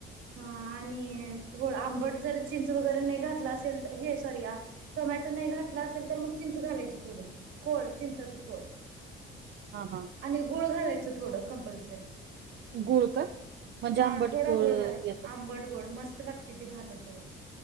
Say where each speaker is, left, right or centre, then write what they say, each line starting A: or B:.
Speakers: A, on the right; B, on the right.
A: ह आणि थोडं आंबट जर चिंच वगैरे नाही घातला असेल, तर हे सॉरी टोमॅटो नाही घातला असेल, तर मग चिंच घालायची थोडी कोळ चिंचाच कोळ.
B: हा हा.
A: आणि गुळ घालायचं थोडं कंपल्सरी.
B: गुळ का म्हणजे
A: हा
B: आंबट
A: थोडा
B: गुळ
A: गोड घालायचा
B: येत-
A: आंबट गोड मस्त लागते ती भातासोबत.